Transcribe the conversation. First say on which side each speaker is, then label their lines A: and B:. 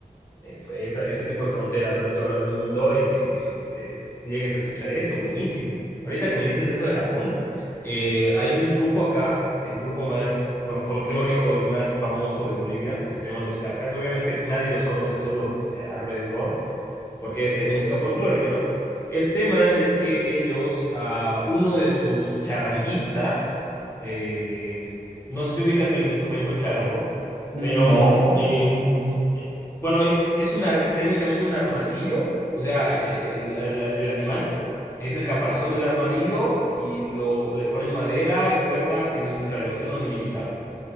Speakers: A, on the left; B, on the left.
A: eh, fue esa- ese tipo de fronteras al otro lado del mundo y que eh, llegues a escuchar eso, buenísimo. Ahorita que me dices eso de Japón, eh, hay un grupo acá, el grupo más, bueno, folclórico, el más famoso de Bolivia, que se llaman Los Carcas. Obviamente nadie los conoce, solo eh, alrededor, porque es eh, música folclórica, ¿no? El tema es que ellos, a uno de sus charanguistas, eh, no sé si ubicas el instrumento el charango,
B: No,
A: pero eh,
B: no, no.
A: eh, bueno, es, es un ar- técnicamente un armadillo, o sea, eh, el, el- el animal es el caparazón del armadillo y lo, le ponen madera, cuerdas y eso es un charango, es una mini guitarra